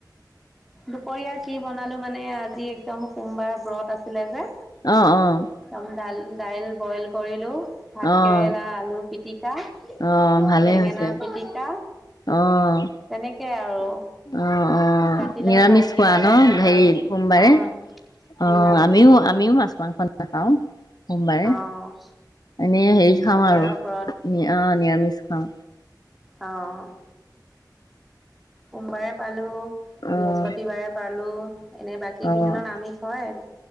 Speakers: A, in the centre; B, on the left.
A: দুপৰীয়া কি বনালো মানে আজি একদম সোমবাৰ ব্ৰত আছিলে যে।
B: অঁ', - অঁ',
A: একদম দাল দাইল বইল কৰিলোঁ। ভাত
B: অ',
A: কেৰেলা আলু পিতি আহ
B: অ',
A: ',
B: ভালেই
A: বেঙেনা
B: হৈছে
A: পিটিকা
B: অ',
A: তেনেকে তাকে আৰু?
B: অ', - অ',
A: ৰাতিলৈ
B: নিৰামিষ
A: ভাল কিবা
B: খোৱা
A: এটা
B: ন
A: খাম
B: হেৰি
A: আৰু।
B: সোমবাৰে,
A: অ',
B: অ',
A: নিৰামিষ
B: আমিও -আমিও মাছো মাংস নেখাওঁ সোমবাৰে
A: অ',
B: এনেই হেৰি খাওঁ
A: সোমবাৰৰ
B: আৰু
A: ব্ৰত।
B: নিৰামিষ খাওঁ।
A: অহ', সোমবাৰে পালো। বৃহস্পতিবাৰে
B: অ',
A: পালো। এনে বাকী
B: অ',
A: কেইদিনত আমিষ হয়,